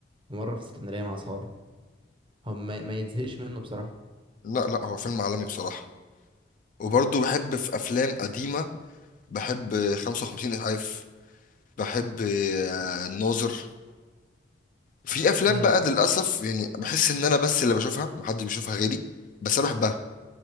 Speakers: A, on the right (about 25°); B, on the left (about 45°).
A: ومره في اسكندريه مع اصحابي هم ما ما يتزهقش منه بصراحه
B: لا لا هو فيلم عالمي بصراحه وبرضه بحب في افلام قديمه بحب 55 اسعاف بحب آه، الناظر في افلام
A: امم
B: بقى للاسف يعني بحس ان انا بس اللي بشوفها محدش بيشوفها غيري بس انا بحبها